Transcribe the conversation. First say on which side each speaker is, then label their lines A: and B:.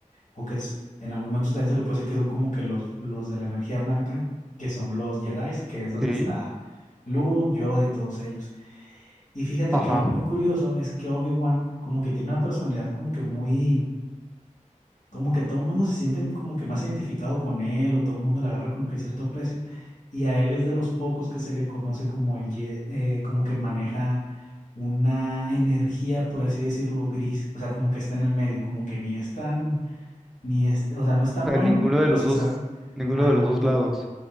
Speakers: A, on the left; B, in the centre.
A: o que es, en algún momento también se le puede decir que son como que los, los de la energía blanca, que son los Jedi, que es
B: ok.
A: donde está Luke, Yoda y todos ellos. Y fíjate
B: Ajá.
A: que algo muy curioso es que Obi-Wan como que tiene una personalidad como que muy como que todo el mundo se siente como que más identificado con él o todo el mundo le agarra como que cierto precio y a él es de los pocos que se le conoce como el Ye- eh, como que maneja una energía, por así decirlo, gris, o sea, como que está en el medio, como que ni es tan, ni es, o sea, no es tan
B: Pero
A: bueno,
B: ninguno de
A: pero
B: los
A: se
B: dos,
A: sabe,
B: ninguno
A: ajá,
B: de los dos
A: pe-
B: lados.